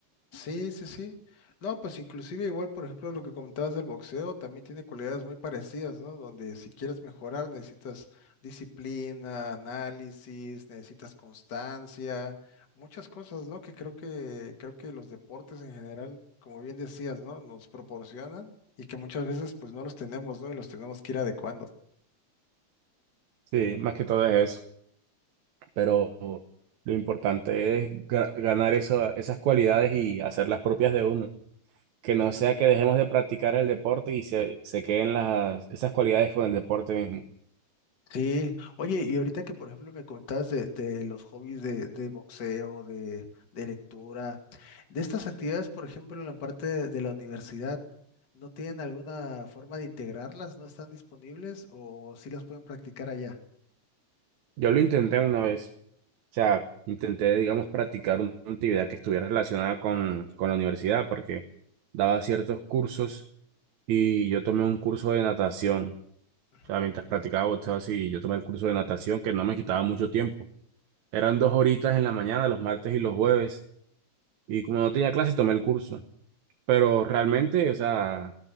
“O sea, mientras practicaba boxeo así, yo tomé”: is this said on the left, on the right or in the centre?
Right